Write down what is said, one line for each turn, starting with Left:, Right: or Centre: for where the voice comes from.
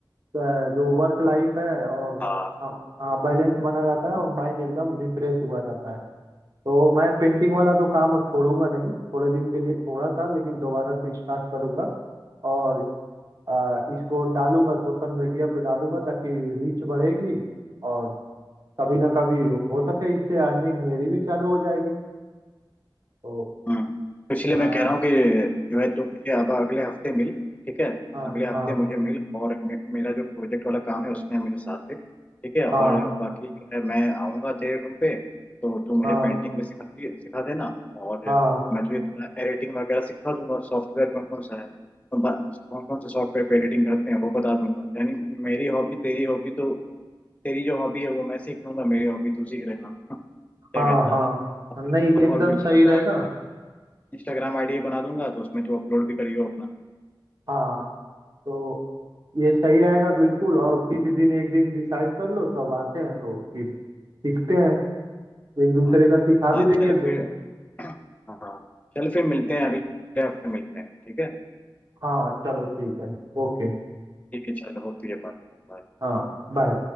Right: अ, जो वर्क लाइफ है और
Left: हाँ
Right: हाँ बैलेंस बना रहता है और माइंड एकदम रिफ्रेश हुआ रहता है तो मैं पेंटिंग वाला तो काम अब छोड़ूंगा नहीं थोड़े दिन के लिए छोड़ा था लेकिन दोबारा से स्टार्ट करूंगा और आ, इसको डालूंगा सोशल मीडिया पे डालूंगा ताकि रीच बढ़ेगी और कभी ना कभी हो सके इससे अर्निंग मेरी भी चालू हो जाएगी तो
Left: हम्म तो इसलिए
Right: हाँ
Left: मैं कह रहा हूँ कि जो है तुम मुझे अब अगले हफ्ते मिल ठीक है
Right: हाँ
Left: अगले हफ्ते
Right: हाँ
Left: मुझे मिल और मे, मेरा जो प्रोजेक्ट वाला काम है उसमें मुझे साथ दे ठीक है और
Right: हाँ
Left: बाकी जो है मैं आऊँगा तेरे रूम पे तो तू मुझे
Right: हाँ
Left: पेंटिंग भी सिखा दी सिखा देना और
Right: हाँ
Left: मैं तुझे थोड़ा एडिटिंग वगैरह सिखा दूंगा सॉफ्टवेयर कौन कौन सा है कौन कौन से सॉफ्टवेयर पे एडिटिंग करते हैं वो बता दूंगा यानी मेरी हॉबी तेरी हॉबी तो तेरी जो हॉबी है वो मैं सीख लूंगा मेरी हॉबी तू सीख लेना क्या
Right: हाँ
Left: कहता
Right: हाँ
Left: है और,
Right: हाँ, नहीं
Left: और,
Right: एकदम
Left: और बिल्कुल
Right: सही
Left: तेरा
Right: रहेगा
Left: इंस्टाग्राम आईडी बना दूंगा तो उसमें तू अपलोड भी करियो अपना
Right: हाँ तो ये सही रहेगा बिल्कुल और किसी दिन एक दिन डिसाइड कर लो तब आते हैं तो फिर सीखते हैं एक दूसरे
Left: हाँ
Right: का सिखा भी
Left: हाँ
Right: देंगे
Left: चल
Right: दो
Left: फिर हाँ चल फिर मिलते हैं अगले हफ्ते मिलते हैं ठीक है
Right: हाँ चलो ठीक है ओके
Left: ठीक है चलो होती है बात Bye.
Right: हाँ बाय